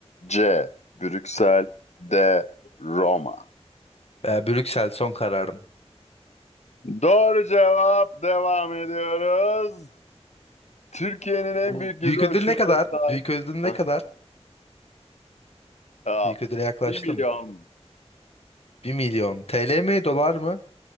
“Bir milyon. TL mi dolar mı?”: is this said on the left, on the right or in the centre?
Left